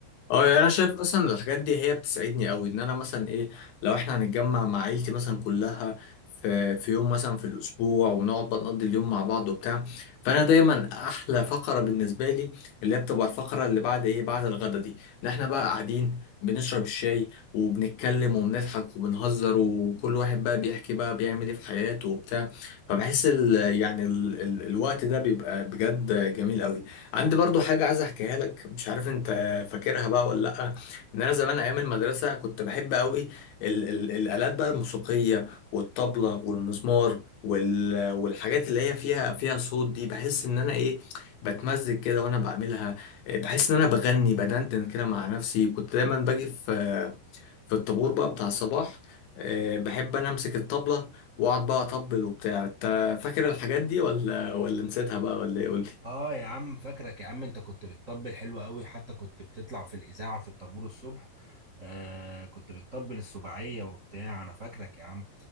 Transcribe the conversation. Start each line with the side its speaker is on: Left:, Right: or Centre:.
Left: اه يعني انا شايف اصلا الحاجات دي هي بتساعدني قوي ان انا مثلا ايه لو احنا هنتجمع مع عيلتي مثلا كلها في في يوم مثلا في الاسبوع ونقعد بقى نقضي اليوم مع بعض وبتاع فانا دايما احلى فقره بالنسبه لي اللي هي بتبقى الفقره اللي بعد ايه بعد الغدا دي ان احنا بقى قاعدين بنشرب الشاي وبنتكلم وبنضحك وبنهزر وكل واحد بقى بيحكي بقى بيعمل ايه في حياته وبتاع فبحس ال يعني ال ال الوقت ده بيبقى بجد جميل قوي عندي برضو حاجه عايز احكيها لك مش عارف انت فاكرها بقى ولا لا ان انا زمان ايام المدرسه كنت بحب قوي ال ال الالات بقى الموسيقيه والطبله والمزمار وال والحاجات اللي هي فيها فيها صوت دي بحس ان انا ايه بتمزج كده وانا بعملها إيه، بحس ان انا بغني بدندن كده مع نفسي كنت دايما باجي في في الطابور بقى بتاع الصباح آه، بحب انا امسك الطبله واقعد بقى اطبل وبتاع انت فاكر الحاجات دي ولا ولا نسيتها بقى ولا ايه قول لي.
Right: اه يا عم فاكرك يا عم انت كنت بتطبل حلو قوي حتى كنت بتطلع في الاذاعه في الطابور الصبح آه كنت بتطبل السبعيه وبتاع انا فاكرك يا عم